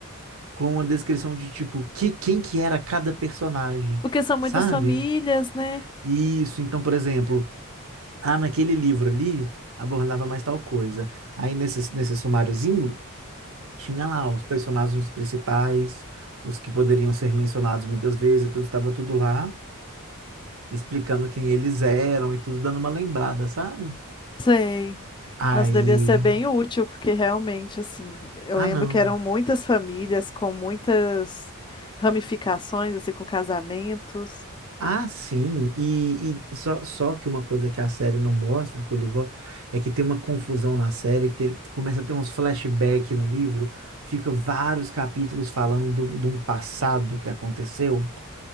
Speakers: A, on the right; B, on the left.
A: com a descrição de tipo que, quem que era cada personagem,
B: porque são
A: sabe?
B: muitas famílias, né?
A: Isso, então, por exemplo, ah, naquele livro ali abordava mais tal coisa. Aí nesse, nesse sumáriozinho tinha lá os personagens principais, os que poderiam ser mencionados muitas vezes, tudo estava tudo lá, explicando quem eles eram e tudo, dando uma lembrada, sabe?
B: Sei.
A: Aí.
B: Nossa, devia ser bem útil, porque realmente, assim, eu
A: Ah,
B: lembro
A: não.
B: que eram muitas famílias com muitas ramificações, assim, com casamentos.
A: Ah, sim, e, e só, só que uma coisa que a série não mostra, que o livro mostra, é que tem uma confusão na série, que começa a ter uns flashbacks no livro, fica vários capítulos falando do- de um passado que aconteceu,